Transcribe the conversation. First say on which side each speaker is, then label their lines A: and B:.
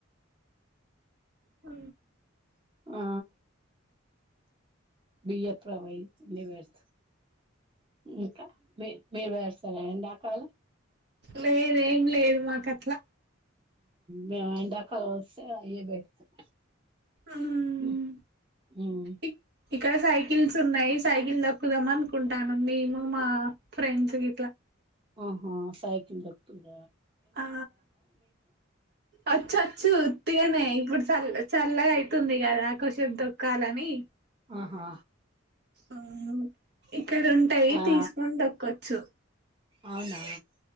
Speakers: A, on the right; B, on the right.
A: అ
B: ఆ బిఎ ప్ర వై అ వేర్ ఇకా మీ మీే సర ఎండాకాలం
A: లేదు ఏం లేదు మాక అట్లా
B: మము ఎండాకాలం వస్తే అయ్యే పెడతాం
A: ఉమ్
B: ఉ, ఉమ్
A: ఇ ఇక్కడ సైకిల్స్ ఉన్నాయి సైకిల్ దక్కుదాం అనుకుంటాను మేము మా ఫ్రెండ్స్ ఇట్లా
B: ఆహా సాయకిందక్తుద
A: ఆ వచ్చొచ్చు ఉత్తిగానే ఇప్పుడు చల్ చల్లగా వస్తుంది కదా కొషపు తొక్కాలని
B: ఆహా
A: ఆ ఇక్కడ ఉంటాయి
B: ఆ,
A: తీసుకొని తక్కవచ్చు
B: అవునా